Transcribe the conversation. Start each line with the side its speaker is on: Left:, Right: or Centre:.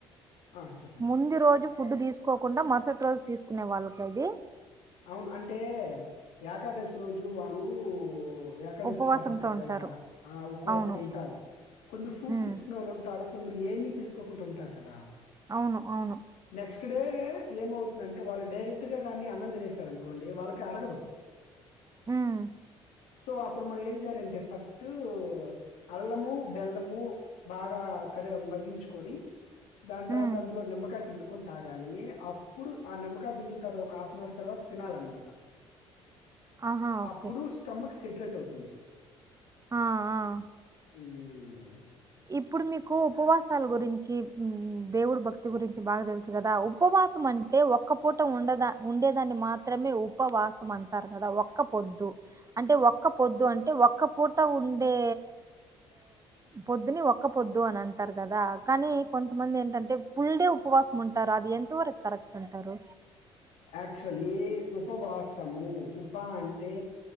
Left: ఆ! చెప్పండి.
Right: ముందు రోజు ఫుడ్ తీసుకోకుండా మర్సటి రోజ్ తీసుకో కునే వాళ్ళక ఇది
Left: అవును అంటే ఏకాదశి రోజు వాళ్ళు ఏకాదశి
Right: ఉపవాసంతో
Left: పాటిస్తారు
Right: ఉంటారు.
Left: కదా ఆ ఉపవాసం
Right: అవును.
Left: ఉంటారు కొంచెం ఫ్రూట్స్
Right: హ్మ్.
Left: తీసుకునే వాళ్ళు ఉంటారు కొందరు ఏమీ తీసుకోకుండా ఉంటారు కదా
Right: అవును. అవును.
Left: నెక్స్ట్ డే ఏమవుతుందంటే వాళు డైరెక్ట్ గానీ అన్నం తినస్తారు స అనుకోండి వాళ్ళకి అరగదు
Right: హ్మ్.
Left: సో అప్పుడు మరి యలంటే ఫస్ట్ అల్లము బెల్లము బాగా క మరిగించుకొని దాని
Right: హ్మ్.
Left: తర్వాత అందులో నిమ్మకాయ పిండుకు తాగాలి అప్పుడు ఆ నిమ్మకాయ పిండుగుతారు ఒక హాఫ్ అన్ అవర్ తర్వాత తనాాలన్నమాట
Right: ఆహా! ఓకే.
Left: అప్పుడు స్టమక్ సెటరేట్ అవుతుంది
Right: ఆ ఆ
Left: ఉమ్
Right: ఇప్పుడు మీకు ఉపవాసాల గురించి దేవుడు భక్తి గురించి బాగా తెలుసు కదా. ఉపవాసం అంటే ఒక్క పూట ఉండదా ఉండేదాన్ని మాత్రమే ఉపవాసం అంటారు కదా ఒక్క పొద్దు అంటే ఒక్క పొద్దు అంటే ఒక్క పూట ఉండే పొద్దుని ఒక్క పొద్దు అని అంటారు కదా కానీ కొంతమంది ఏంటంటే ఫుల్ డే ఉపవాసం ఉంటారు అది ఎంతవరకు కరెక్ట్ అంటారు
Left: యాక్చువలీ ఉపవాస్ సమూ ఉ ప్ప అంటే